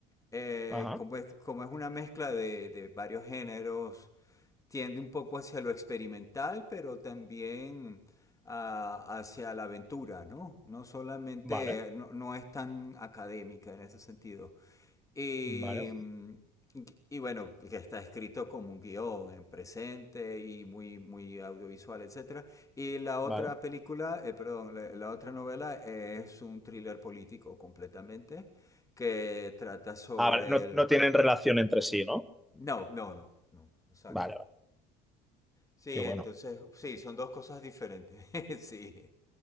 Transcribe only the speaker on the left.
Eh,
como, es, como es una mezcla de, de varios géneros, tiende un poco hacia lo experimental, pero también a- hacia la aventura, ¿no? No solamente,
no, no es tan académica en ese sentido. Y,
mm, y bueno, que está escrito como un guión en presente y muy, muy audiovisual, etcétera. Y la otra
película, eh, perdón, la, la otra novela es un thriller político completamente que trata sobre
el...
No, no, no, no, exacto.
Sí,
entonces, sí, son dos cosas diferentes. <laughs> Sí.